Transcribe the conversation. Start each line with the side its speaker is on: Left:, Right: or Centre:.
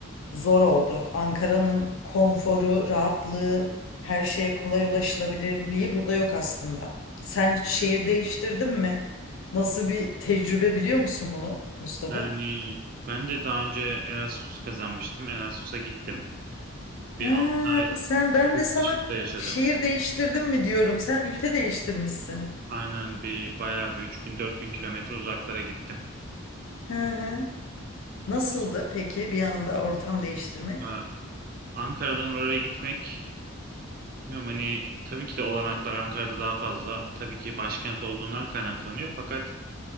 Left: zor oldu. Ankara'nın konforu, rahatlığı, her şeye kolay ulaşılabilirliği burada yok aslında. Sen hiç şehir
Right: Hı.
Left: değiştirdin mi? Nasıl bir tecrübe biliyor musun bunu Mustafa?
Right: Yani ben de daha önce Erasmus kazanmıştım. Erasmus'a gittim. Bir
Left: Ha,
Right: 6 ay
Left: sen ben
Right: yurt
Left: de sana
Right: dışında yaşadım.
Left: şehir değiştirdim mi diyorum. Sen ülke değiştirmişsin.
Right: Aynen bir bayağı bir 3000-4000 kilometre uzaklara gittim.
Left: Hı hı. Nasıldı peki bir anda ortam değiştirmek?
Right: Ya, Ankara'dan oraya gitmek bilmiyorum hani tabii ki de olanaklar Ankara'da daha fazla. Tabii ki başkent olduğundan kaynaklanıyor. Fakat